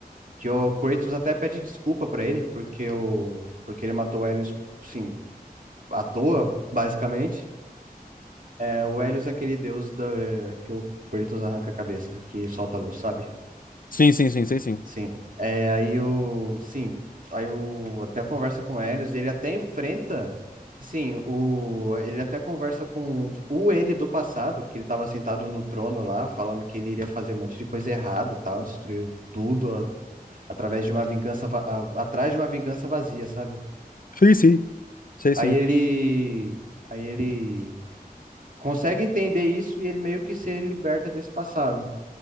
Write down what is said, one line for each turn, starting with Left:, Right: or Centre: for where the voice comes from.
Right: Que o Kratos até pede desculpa pra ele, porque, o, porque ele matou o Hélio, sim, à toa, basicamente. É, o Helios é aquele deus da, que o Kratos arranca a cabeça, que solta a luz, sabe?
Left: Sim, sim, sim, sei sim.
Right: Sim, é, aí o, sim, aí o, até conversa com o Helios, ele até enfrenta, sim, o, ele até conversa com o ele do passado, que ele estava sentado no trono lá, falando que ele iria fazer um monte de coisa errada, tal, destruir tudo a- através de uma vingança, va- a- atrás de uma vingança vazia, sabe?
Left: Sim, sim. Sei
Right: Aí
Left: sim.
Right: ele, aí ele consegue entender isso e ele meio que se liberta desse passado.